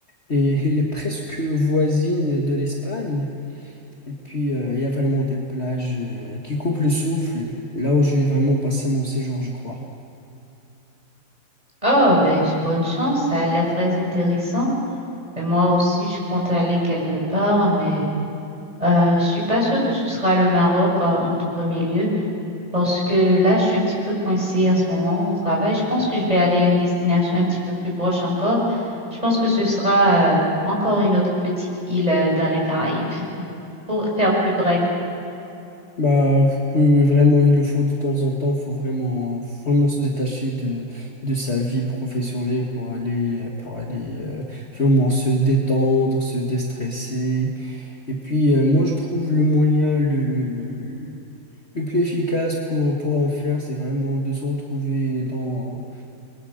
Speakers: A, on the left; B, on the right.
A: Et <laughs> elle est presque voisine de l'Espagne. Et puis, euh, il y a vraiment des plages euh, qui coupent le souffle, là où je vais vraiment passer mon séjour, je crois.
B: Oh, ben, j- bonne chance, ça a l'air très intéressant. Et moi aussi, je compte aller quelque part, mais euh, je suis pas sûre que ce sera le Maroc, euh, en tout premier lieu. Parce que là, je suis un petit peu coincée en ce moment au travail. Je pense que je vais aller à une destination un petit peu plus proche encore. Je pense que ce sera euh, encore une autre petite île euh, dans les Caraïbes <laughs> pour faire plus près.
A: Bah, oui, oui, vraiment, il le faut de temps en temps. faut vraiment, faut vraiment se détacher de, de sa vie professionnelle pour aller, euh, pour aller euh, vraiment se détendre, se déstresser. Et puis, euh, moi, je trouve le moyen le, le, le, le- le plus efficace pour, pour en faire, c'est vraiment de se retrouver dans,